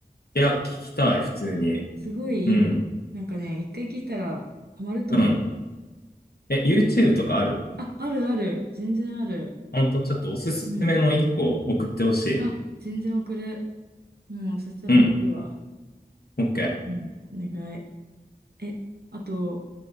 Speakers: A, on the left; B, on the right.
A: いや、聞きたい、普通に。
B: うん。すごいいいもん。
A: うん。
B: なんかね、一回聞いたらハマると思う。
A: うん。え、YouTube とかある
B: あ、あるある。全然ある。
A: 本当ちょっとおすすめの1個送ってほしい。
B: うん。あ、全然送る。もう、そしたら送るわ。
A: うん。OK。
B: うん。お願い。え、あと、